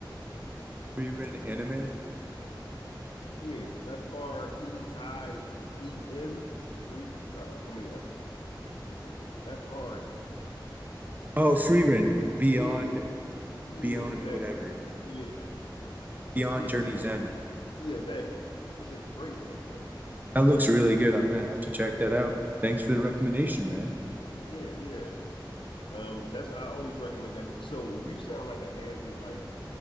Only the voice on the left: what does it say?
Yeah, F R E I E N free. Uh, I mean F free F R.
Yeah, Yeah,
exactly.
Yeah,
yeah,
that's
yeah, exactly. It's a great anime.
Yeah, yeah. Um, that's I always recommend that. So you sound like an avid like